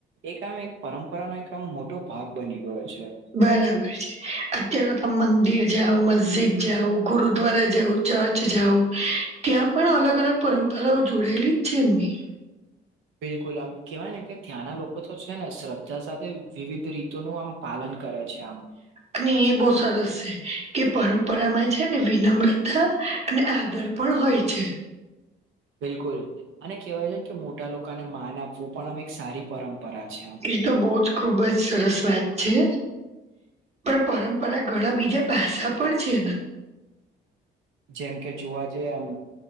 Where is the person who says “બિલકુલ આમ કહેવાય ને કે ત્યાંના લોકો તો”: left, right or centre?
Right